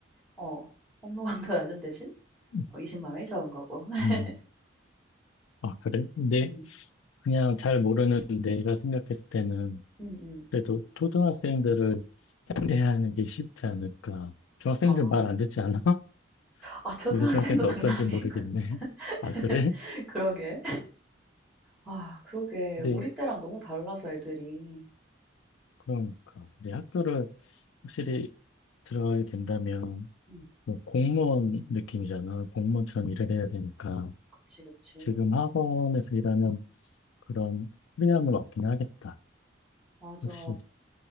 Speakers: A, in the centre; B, on the left (about 75°).
A: 어 업무 <laughs> 강도 낮은 대신
B: 음,
A: 어 20만 원이 적은 거고. <laughs>
B: 음. 아, 그래? 근데
A: 음.
B: 그냥 잘 모르는 내가 생각했을 때는
A: 음음.
B: 그래도 초등학생들을 상대하는 게 쉽지 않을까. 중학생들
A: 아.
B: 말 안 듣지 않아? <laughs>
A: 아 초등학생도
B: 요새 중학생들
A: 장난
B: 어떤지
A: 아니고.
B: 모르겠네. <laughs> 아,
A: <laughs>
B: 그래?
A: 그러게. 아 그러게. 우리
B: 근데
A: 때랑 너무 달라서 애들이.
B: 그러니까. 이제 학교를 확실히 들어가게 된다면
A: 음.
B: 뭐 공무원 느낌이잖아. 공무원처럼 일을 해야 되니까.
A: 그치, 그치.
B: 지금 학원에서 일하면 그런 프리함은 없긴 하겠다.
A: 맞아.
B: 확실히.